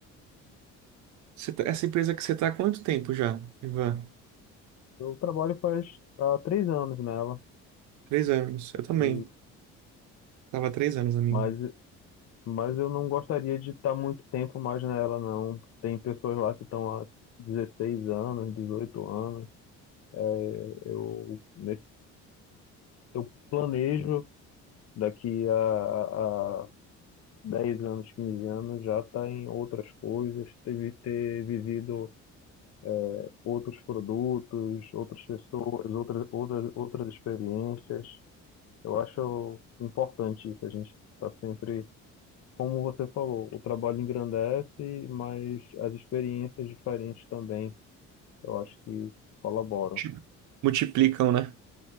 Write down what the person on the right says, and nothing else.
Você tá- essa empresa que você tá há quanto tempo já, Ivan?
Três anos. Eu também.
Tava há três anos a minha.
Multi- Multiplicam, né?